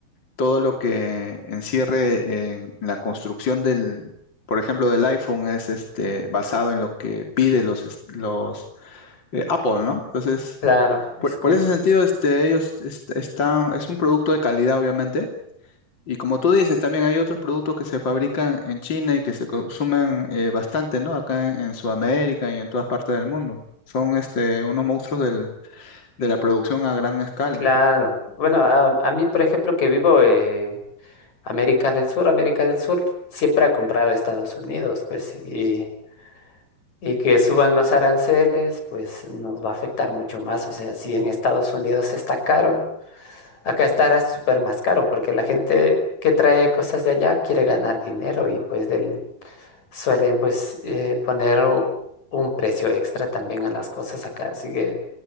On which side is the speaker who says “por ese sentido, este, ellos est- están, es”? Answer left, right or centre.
Left